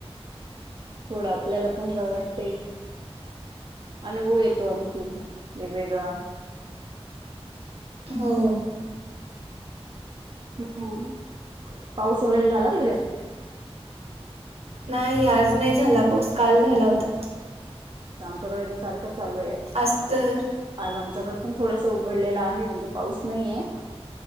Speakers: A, on the right; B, on the right.
A: थोड आपल्याला पण बर वाटतय. अनुभव येतो आणखी वेगवेगळा.
B: हो.
A: ह पाऊस वगैरे झाला तिकडे?
B: नाही आज नाही झाला पाऊस काल झाला होता.
A: आमच्याकडे तर सारखंच चालू आहे
B: आज तर
A: आज आम च्याकड पण थोडस उघडलेल आहे म्हणजे पाऊस नाहीये.